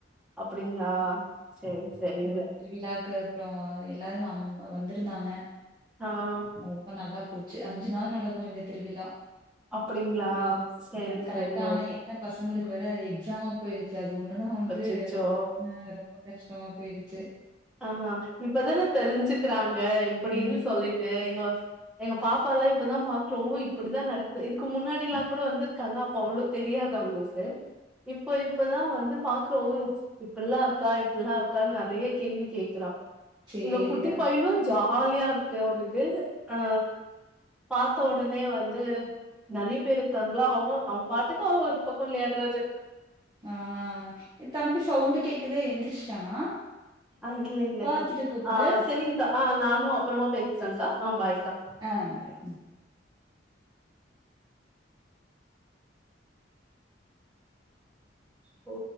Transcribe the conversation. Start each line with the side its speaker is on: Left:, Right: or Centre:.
Centre: அப்டிங்களா செரி செரிங்க
Right: ம் திருவிழாக்கு அப்றோ எல்லாரும் அம் வந்திருந்தாங்க
Centre: ஆம்
Right: ரொம்ப நல்லா போச்சு அஞ்சு நாள் நடக்கு இந்த திருவிழா
Centre: அப்டிங்களா
Right: ஆமாங்க
Centre: செரி
Right: கரெக்டா
Centre: செரி
Right: ஆனா
Centre: ஓகே
Right: என்ன பசங்களுக்கு வேற எக்ஸாம போயிருச்சு அது ஒண்ணுதா வந்து
Centre: அச்சச்சோ
Right: ஆ ரொம்ப கஷ்டமா போயிடுச்சு
Centre: ஆஹ்ஹா இப்பதானே தெரிஞ்சுக்கிறாங்க எப்டின்னு
Right: ம்
Centre: சொல்லிட்டு எங்க எங்க பாப்பால்லா இப்பதா பாக்குறா ஓ இப்டிதா நடக்குது இதுக்கு முன்னாடி எல்லா கூட வந்திருக்காங்க அப்ப அவ்ளோ தெரியாதவங்களுக்கு இப்போ இப்பதா வந்து பாக்கவு இப்பல்லா இருக்கா இப்பல்லாம் இருக்கான்னு நெறைய கேள்வி கேக்குறா
Right: சேரிடா
Centre: இந்த குட்டி பையனு ஜாலியா இருக்கு அவனுக்கு அ பாத்த ஒடனே வந்து நெறைய பேர் இருக்காங்களா அவன் அவன் பாட்டுக்கு அவன் ஒரு பக்கம் விளையடுரது
Right: ஆ தம்பி சவுண்டு கேட்குது எந்திரிச்சுட்டானா
Centre: ஆங்கியுல்லக்கா
Right: பாத்துட்டு கூப்பிடு
Centre: ஆ சேரிங்க்கா ஆ நானு அப்புறமா பேசுறேன்கா ஆ பாய்க்கா
Right: ஆ பாய் ம்
Centre: ஓ